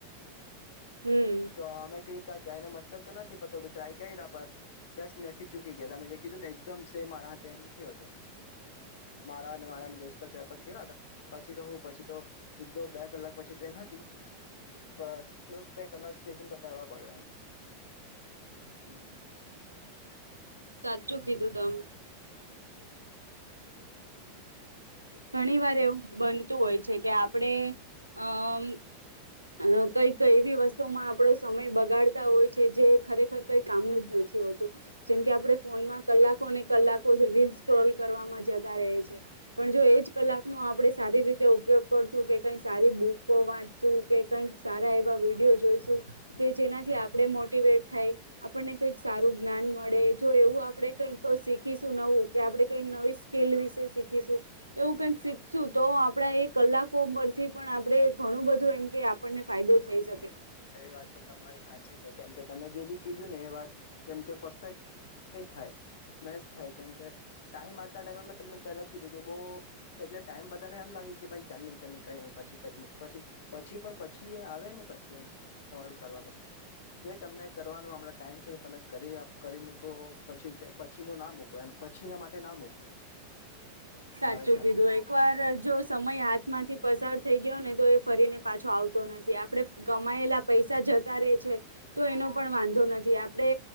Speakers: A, on the left; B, on the right.
A: <unintelligible>
B: હમ
A: તો અમે કીધું ત્યા જાય ના મતલબ તો નથી પાડતો ટ્રાય કર રહ્યા પર દસ મિટથી ચુકી ગયા તા તમેં જે કીધું ને એકદમ સે મારાથે એમ થયો હતો. મારા અને મારા મે દોસ્ત ચારપાંચ ગેયેલા હતા પછી તો હું પછી તો એક બે કલાક પછી ટ્રેન હથી
B: <inaudible>
A: પર થોડોક બે કલાક સ્ટેશન પર કાઢવા પડ્યા
B: <unintelligible> સાચું કીધું તમે ઘણી
A: એમ
B: વાર એવું બનતું હોય છે કે આપણે અઅમ અ કઈક એવી વસ્તુમાં આપડો સમય બગાડતા હોય છે જે ખરેખર કઈ કામનું જ નથી હોતુ જેમ કે આપણે ફોનમાં કલાકોને કલાકો રીલ સ્ક્રોલ કરવામાં જતા રહે છે. પણ જો એ જ કલાકો નો આપણે સારી રીતે ઉપયોગ કરશું કે કઈ સારી બુકો વાંચશું કે કંઈક સારા એવા વિડીયો જોઈશું કે જેનાથી આપણે મોટીવેટ થાય આપણને કઈક સારું જ્ઞાન મળે જો એવું આપણે કઈક તો શીખીશું નવું કે આપણે કઈક નવી સ્કીલ વિશે શીખીશું એવું કઈક શીખશું તો આપડા એ કલાકો પરથી પણ આપડે ઘણું બધું એમ કે આપણને ફાયદો થઈ શકે.
A: એ વાત તો તમારી હાચી છે કેમ કે તમે જે બી કીધું ને એ વાત કેમકે પરફેક્ટ એ થાય મેચ થાય કેમ કે ટાઈમ આજના ટાઈમે મેં તમને પહેલા જ કીધું કે બઉ એટલે ટાઈમ બત તને એમ લાગે કે ભાઈ ચાલ નહી ચાલ ન કઈ નઇ પછી કરી મૂક પછી પછી પછી એ આવે નને પછી એમ તમારું કરવાનું જે તમને કરવાનું હમણા ટાઈમ છે તો તમે કરી મૂકો પછી પછી ન ના મૂકો એમ પછી ના માટે ના મૂકો
B: સાચું
A: મારા હિસાબથી
B: કીધું
A: તો
B: એક વાર જો સમય હાથ માંથી પસાર થઈ ગયો ને તો એ ફરીને પાછો આવતો નથી આપડણે કમાયેલા પૈસા જતા રે છે. તો એનો પણ વાંધો નથી આપણે